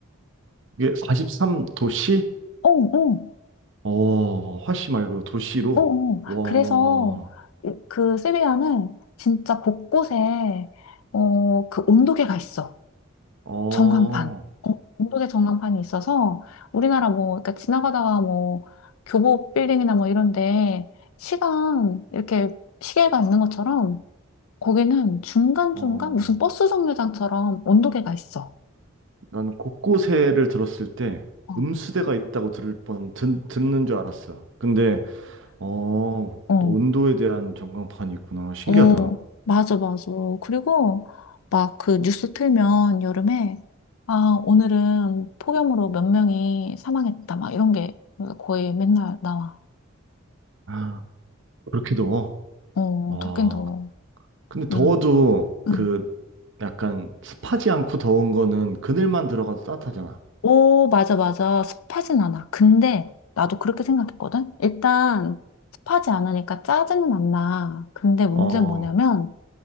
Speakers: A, on the right (about 60°); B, on the left (about 85°).
A: 이게 43 도시?
B: 어, 어,
A: 어, 화씨 말고 도시로?
B: 어, 어.
A: 와,
B: 그래서 그 세비야는 진짜 곳곳에 어 그 온도계가 있어.
A: 어,
B: 전광판. 어, 언덕에 전광판이 있어서 우리나라 뭐, 그러니까 지나가다가 뭐, 교보 빌딩이나 뭐 이런데 시간, 이렇게 시계가 있는 것처럼 거기는 중간중간
A: 어.
B: 무슨 버스 정류장처럼 언덕에가 있어.
A: 난 곳곳에를 들었을 때
B: 어,
A: 음수대가 있다고 들을 뻔, 듣, 듣는 줄 알았어. 근데, 어,
B: 어,
A: 온도에 대한 전광판이 있구나. 신기하다.
B: 어, 맞아, 맞아. 그리고 막 그 뉴스 틀면 여름에 아, 오늘은 폭염으로 몇 명이 사망했다. 막 이런 게 거의 맨날 나와.
A: <gasps> 아, 그렇게 더워?
B: 어,
A: 와,
B: 덥긴 더워.
A: 근데 더워도
B: 응 응.
A: 그 약간 습하지 않고 더운 거는 그늘만 들어가도 따뜻하잖아.
B: 오, 맞아, 맞아. 습하진 않아. 근데 나도 그렇게 생각했거든? 일단 습하지 않으니까 짜증은 안 나. 근데 문제는
A: 어,
B: 뭐냐면,